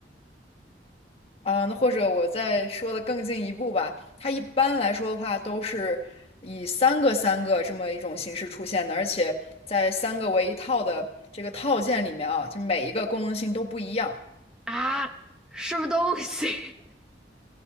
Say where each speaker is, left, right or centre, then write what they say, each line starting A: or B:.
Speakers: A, on the left; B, in the centre.
A: 啊，那或者我再说的更进一步吧，它一般来说的话都是以三个三个这么一种形式出现的，而且在三个为一套的这个套件里面啊，就每一个功能性都不一样。
B: 啊，什么东西？